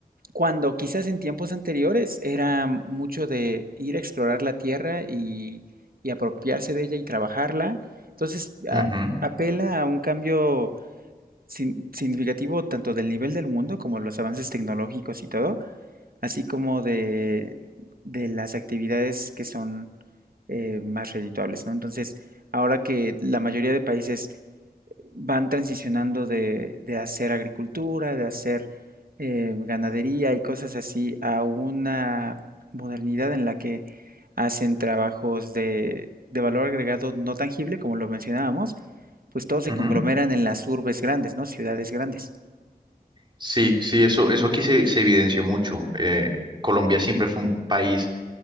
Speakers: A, on the right; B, on the right.
A: Cuando quizás en tiempos anteriores era mucho de ir a explorar la tierra y, y apropiarse de ella y trabajarla. Entonces a-
B: ujú,
A: apela a un cambio sin- significativo tanto del nivel del mundo como los avances tecnológicos y todo, así como de, de las actividades que son eh, más redituables, ¿no? Entonces, ahora que la mayoría de países van transicionando de, de hacer agricultura, de hacer eh, ganadería y cosas así a una modernidad en la que hacen trabajos de, de valor agregado no tangible, como lo mencionábamos, pues todos se
B: ujú.
A: conglomeran en las urbes grandes, ¿no? Ciudades grandes.
B: Sí, sí, eso, eso aquí se, se evidenció mucho. Eh, Colombia siempre fue un país